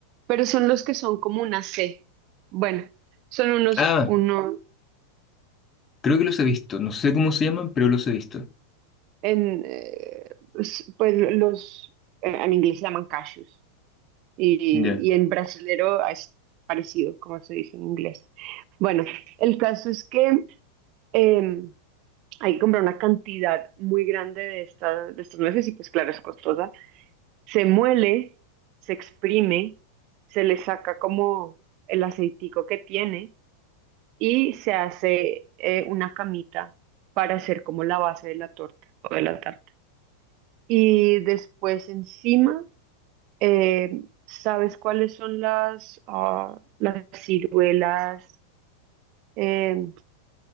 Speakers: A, on the right; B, on the left.
A: pero son los que son como una C. Bueno, son unos,
B: Ah,
A: uno,
B: creo que los he visto. No sé cómo se llaman, pero los he visto.
A: en, eh, pues pues, los, eh, en inglés se llaman cashews y,
B: Ya.
A: y en brasilero es parecido, como se dice en inglés. Bueno, el caso es que em, hay que comprar una cantidad muy grande de, estas de estos nueces y pues claro, es costosa. Se muele, se exprime, se le saca como el aceitico que tiene y se hace eh, una camita para hacer como la base de la torta o de la tarta. Y después encima, eh, ¿sabes cuáles son las, ah, las ciruelas? Eh,